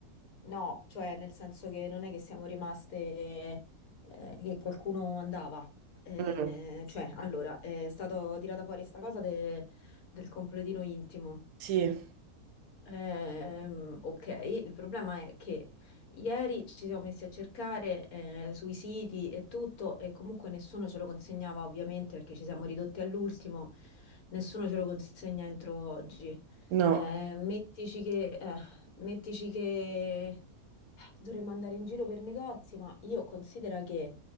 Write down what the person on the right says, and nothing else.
Mm,
sì,
no,